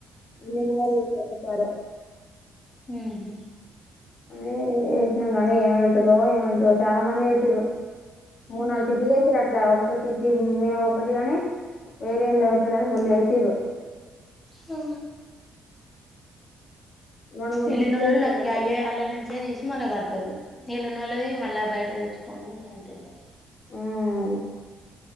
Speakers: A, on the left; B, on the left.
A: అన్న బార ఒక సర <inaudible>
B: ఉహూ
A: కాని యేష్ణం గాని ఏమైతదో ఏమైతదో చాలా మంది యేషిర్రు. మూడు
B: హ్మ్
A: నాలుగు చిట్టీలు లీసిరాట్లా అంక చిట్టి మేము ఒక్కటిగాని వేరేళ్ళు ఐతే లేద్ రోండెషిర్రు.
B: ఆ
A: రెండు మూడు
B: ఎల్లినోళ్లు
A: చిట్టీలు వేసిరు
B: లక్కయ
A: ఒక్కొక్కళ్ళు
B: అల్ల నోళ్ళు నుంచే తీసి మళ్ళా కడతారు ఈలోన్నలదీ మళ్ళీ బయట తెచ్చు. కొనిన్ అంతే బాస్
A: ఉ ఉ